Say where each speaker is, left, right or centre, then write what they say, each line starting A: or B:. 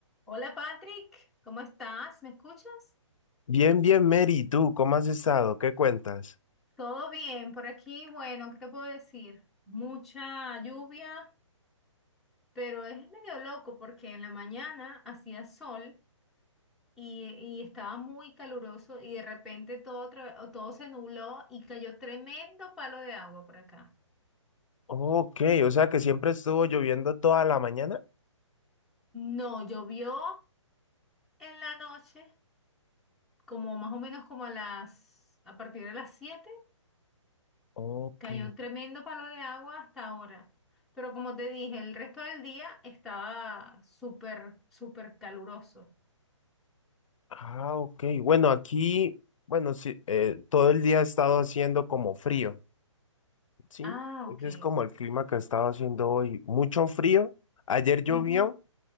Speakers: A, in the centre; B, on the left.
A: Hola Patrick, ¿cómo estás? ¿Me escuchas?
B: Bien, bien, Mary, ¿y ¿tú cómo has estado? ¿Qué cuentas?
A: Todo bien por aquí. Bueno, ¿qué te puedo decir? Mucha lluvia, pero es medio loco porque en la mañana hacía sol y, y estaba muy caluroso y de repente todo, otra- o todo se nubló y cayó tremendo palo de agua por acá.
B: Ok, o sea que siempre estuvo lloviendo toda la mañana.
A: No, llovió en la noche, como más o menos como a las, a partir de las 7.
B: Ok.
A: Cayó un tremendo palo de agua hasta ahora. Pero como te dije, el resto del día estaba súper, súper caluroso.
B: Ah, ok. Bueno, aquí, bueno, sí, eh, todo el día ha estado haciendo como frío, ¿sí?
A: Ah,
B: Ese
A: ok.
B: es como el clima que ha estado haciendo hoy. Mucho frío. Ayer llovió,
A: Ujú.